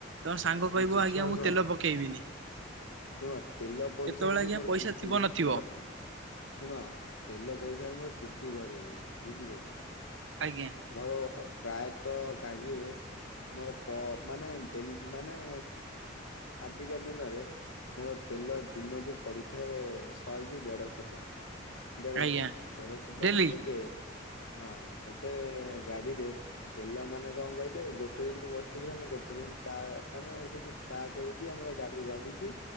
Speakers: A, on the right; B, on the left.
A: ତମ ସାଙ୍ଗ କହିବ
B: ଉଚିତ
A: ଆଜ୍ଞା
B: ଶୁଣ
A: ମୁଁ
B: ଶୁଣ
A: ତେଲ ପକେଇବିନି
B: ଶୁଣ ତେଲ ପଇସାରେ
A: କେତେବେଳେ
B: ବି
A: ଆଜ୍ଞା
B: ମୋର
A: ପଇସା
B: କିସ୍ତି
A: ଥିବ ନଥିବ।
B: ଭ ଶୁଣ ତେଲ ପଇସାରେ ମୋର କିସ୍ତି ଭରି ହେଇଛି ବୁଝିପାରିଲ
A: ଆଜ୍ଞା
B: ମୋର ପ୍ରାୟତଃ ଗାଡିରେ ମୋର ପ ମାନେ ଡେ ମାନେ ଆଜିକା ଦିନରେ ମୋର ତେଲ ଦିନକୁ ପଡୁଥାଏ ଶହେ କି ଦେଢ ଶହ ଟଙ୍କା ଦେଢଶହ
A: ଆଜ୍ଞା
B: ଟଙ୍କା ଦେଢଶହ
A: ଡେଲି
B: ଟଙ୍କା ଏବେ ହଁ ଏବେ ଗାଡିରେ ତେଲ ମାନେ କଣ କହିଲେ ଗୋଟେ ଦିନ ବସିଥିଲେ ମୁଁ ଗୋଟେ ଦିନ ଚା ମାନେ ସେଠି ଚାର୍ଜ ହଉଛି ଆମର ଗାଡି ଗଡୁଛି